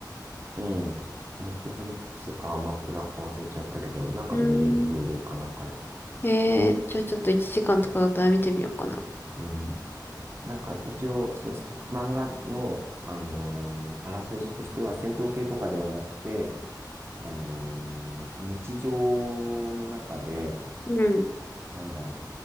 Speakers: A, on the right; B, on the left.
A: うん。ネットフリックスかアマプラか忘れちゃったけど、なんかで見れるよ。
B: うー
A: Hulu
B: ん。
A: かなんかで。
B: えー、じゃあちょっと1時間とかだったら見てみようかな。
A: うん。なんか一応、その漫画の、あのーあらすじとしては戦闘系とかではなくて、あのー日常の中で、
B: うん。
A: なんだろ